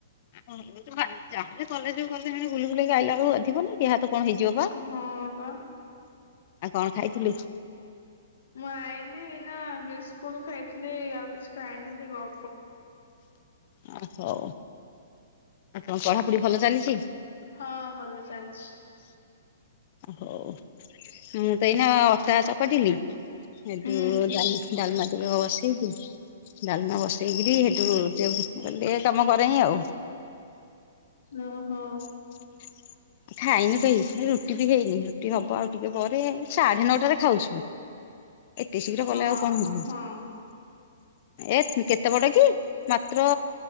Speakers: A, on the left; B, on the left.
A: ଯାହା ହେଲେ କଲେଜ୍ କୁ ଗଲେ ହେଣେ ବୁଲି ବାଲିକି ଆଇଲା ବେଳକୁ ବାଧିବନି। ଦିହ ହାତ କଣ ହେଇଯିବ ପା। ଆଉ
B: ହଁ ପା
A: କଣ ଖାଇଥିଲୁ?
B: ମୁଁ ଆଇଲିି ଏଇନା ବିସ୍କୁଟ ଖାଇଥିଲି ଆଉ କିଛି ଖାଇନି ଏଇଠି ଗ
A: ଆ ହଉ। ଆଉ କଣ ପଢାପଢି ଭଲ ଚାଲିଚି?
B: ହଁ ଭଲ ଚାଲିଚି।
A: ହଉ। ମୁଁ ତ ଏଇନା ଅଟା ଚକଟି ଟିଲି, ହେଠୁ
B: ହୁଁ
A: ଡ଼ାଲମା ଟିକକ ବସେଇଲି। ଡାଲମା ବସେଇକିରି ସେଠୁ <unintelligible> କାମ କରେଇ ଆଉ।
B: ଓ ହଁ।
A: <inaudible> ଖାଇନୁ କେହି, ରୁଟି ବି ହେଇନି। ରୁଟି ହବ ଆଉ ଟିକେ ପରେ ସାଢେ ନଅଟାରେ ଖାଉଚୁ। ଏତେ ଶୀଘ୍ର
B: ହଁ
A: କଲେ ଆଉ କଣ ହବ।
B: ହଁ।
A: ଏ କେତେ ପଟ କି ମାତ୍ର